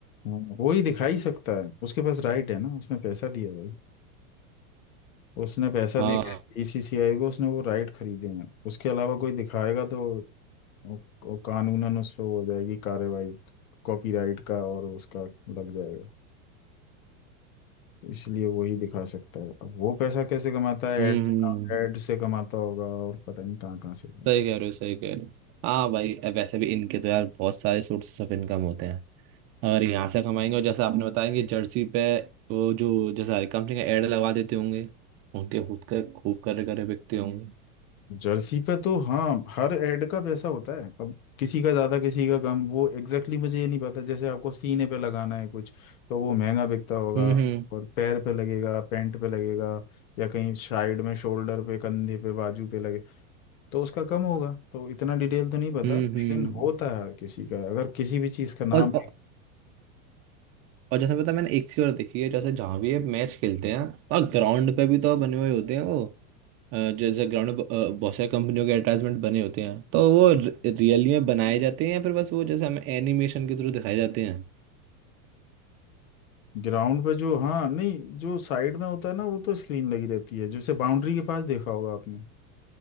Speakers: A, on the left; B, on the right.
A: हाँ, वो ही दिखा ही सकता है उसके पास राइट है ना उसने पैसा दिया भाई उसने पैसा
B: हाँ
A: देके बीसीसीआई को उसने वो राइट खरीदे हैं उसके अलावा कोई दिखाएगा तो वो- वो कानूनन उस पर हो जाएगी कार्रवाई कॉपीराइट का और उसका लग जाएगा इसलिए वही दिखा सकता है अब वो पैसा कैसे कमाता है
B: हम्म
A: ऐड से
B: हम्म,
A: ऐड से कमाता होगा और पता नहीं कहाँ कहाँ से
B: सही कह रहे हो सही कह रहे हो हाँ भाई अब वैसे भी इनके तो यार बहुत सारे सोर्सेस ऑफ इनकम होते हैं अगर यहाँ से कमाएंगे और जैसे आपने बताया कि जर्सी पे वो जो जैसे हर कंपनी का एड लगा देते होंगे उनके खुद के खूब करे करे बिकते होंगे
A: जर्सी पे तो हाँ हर ऐड का पैसा होता है अब किसी का ज्यादा किसी का कम वो एग्जैक्टली exactly मुझे ये नहीं पता जैसे आपको सीने पे लगाना है कुछ तो वो महंगा बिकता होगा
B: हम्म
A: और पैर पे लगेगा पैंट पे लगेगा या कहीं साइड में शोल्डर पे कंधे पे बाजू पे लगे तो उसका कम होगा तो इतना डिटेल तो नहीं पता
B: हम्म
A: लेकिन
B: हम्म हम्म।
A: होता है किसी का अगर किसी भी चीज़ का नाम
B: और और जैसे पता है, मैंने एक चीज और देखी है जैसे जहाँ भी ये मैच खेलते हैं और ग्राउंड पे भी तो बने हुए होते हैं वो अ, जैसे ग्राउंड में ब- अ, बहुत सारी कंपनियों के एडवर्टाइजमेंट बने होते हैं तो वो रियली में बनाए जाते हैं या फिर बस वो जैसे हमें एनिमेशन के थ्रू दिखाए जाते हैं
A: ग्राउंड पे जो हाँ नहीं जो साइड में होता है ना वो तो स्क्रीन लगी रहती है जैसे बाउंड्री के पास देखा होगा आपने